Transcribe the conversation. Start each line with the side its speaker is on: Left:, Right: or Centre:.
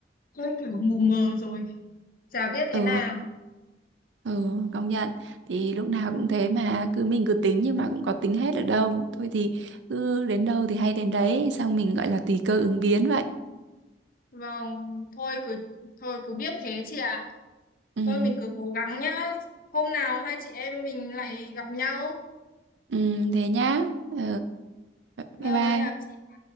Left: hơi kiểu mù mờ rồi chả biết thế
Right: Ừ,
Left: nào
Right: ừ, công nhận. Thì lúc nào cũng thế mà cứ mình cứ tính nhưng mà cũng có tính hết được đâu. Thôi thì cứ đến đâu thì hay đến đấy, xong mình gọi là tùy cơ ứng biến vậy.
Left: vâng thôi cứ thôi cứ biết thế chị ạ
Right: Ừ,
Left: thôi mình cứ cố gắng nhá hôm nào hai chị em mình lại gặp nhau
Right: ừ, thế nhá. Ừ,
Left: vâng
Right: bye bye.
Left: em chào chị